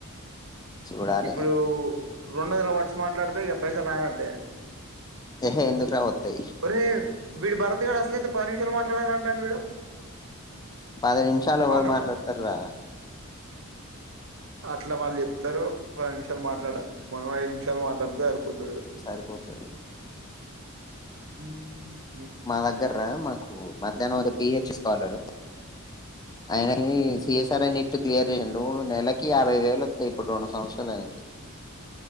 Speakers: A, on the left (about 20°); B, on the right (about 60°).
A: చూడాలిగా.
B: ఇప్పుడు రెండు వందల వట్స్ మాట్లాడితే ఇక పైసాలు రానట్టే
A: ఎహే! ఎందుకురా వత్తయి.
B: ప ఏ వీడి భరతిగాడ్ అసలుయితే పది నిమిషాలు మాట్లాడాలంటాడి వీడు
A: పది నిమిషాలు ఎవరు
B: అవునా
A: మాట్లాడతారురా
B: అట్లా వాళ్ళు చెప్తరు పది నిమిషాలు
A: హ్మ్.
B: మాట్లాడాను మనం ఐదు నిమిషాలు మాట్లాడితే సరిపోతది.
A: సరిపోతది.
B: హ్మ్
A: మా దగ్గర రా మాకు మధ్యాహ్నం ఒక పి హెచ్ స్కాలర్ ఆయనని సిఎస్ఆర్ అని ఇట్టు క్లియర్ చేయండు నెలకి యాభైవేలు వత్తాయి. ఇప్పుడు రెండు సంవత్సరాలు ఆయనకి